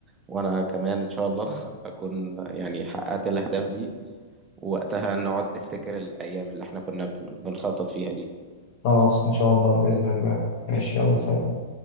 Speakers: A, on the right (about 20°); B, on the left (about 55°).
A: وانا كمان ان شاء الله <laughs> اكون يعني حققت الاهداف دي ووقتها نقعد نفتكر الايام اللي احنا كنا بن- بنخطط فيها دي
B: خلاص ان شاء الله بإذن الله ماشي يلا سلام